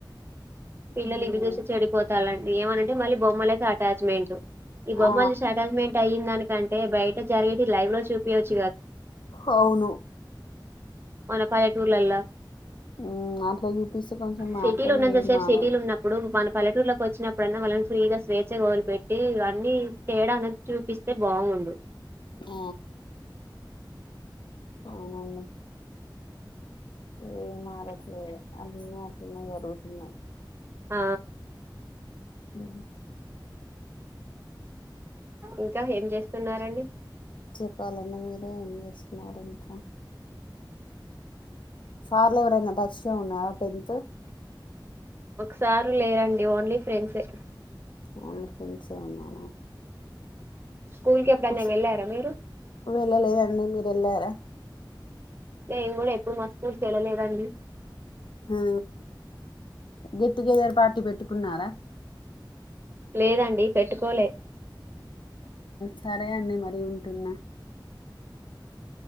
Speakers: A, on the right; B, on the left.
A: పిల్లలు
B: ఉమ్,
A: ఇవి చూసి చెడిపోతాలంటడి ఏమనంటే మళ్ళీ బొమ్మలకి అటాచ్మెంట్ ఈ బొమ్మలు
B: ఆ
A: చూ అటాచ్మెంట్ అయిిందానికంటే బయట జరిగితే లైవ్ లో చూపియవచ్చు
B: అవును
A: మన పల్లెటూర్లలో
B: ఉమ్ అట్లా కొంచెం మారుతది
A: సిటీలో ఉన్నందా
B: ఏం
A: సేపు
B: మారదు
A: సిటీలు ఉన్నప్పుడు మన పల్లటూరులోకి వచ్చినప్పుడన్నా మళ్ళని ఫ్రీగా స్వేచ్ఛ గోలు పెట్టి అన్నీ తేడా అన్నది చూపిస్తే బాగుండు
B: ఆ అవునన్నడి ఏ మరట్లేదు చిన్న గరుగుతున్న
A: ఆ
B: అ
A: ఇంకా ఏం చేస్తున్నారండి
B: చెప్పాలన్నా మీరే ఏం చే <unintelligible> ఫార్ల ఉర ఎన్న టడచ్ ఉ పెదితో
A: సారు లేరండి ఓన్లీ ఫ్రెండ్సే
B: ఓన్లీ ఫ్రెండ్స్ ఆ ఉన్నారా
A: స్కూల్ కి ఎప్పుడ
B: ఒకసారి
A: నను వెళ్ళారా మీరు
B: వెళ్ళలేదండి మీరు వెళ్ళారా
A: నేన్ కూడా ఎ ఇప్పుడు మా స్కూర్కి వెళ్ళలేదండి
B: ఆ గెట్ టుగెదర్ పార్టీ పెట్టుకున్నారా
A: లేదండి పెట్టుకోలే
B: సరే అండి మరీ ఉంటుంనా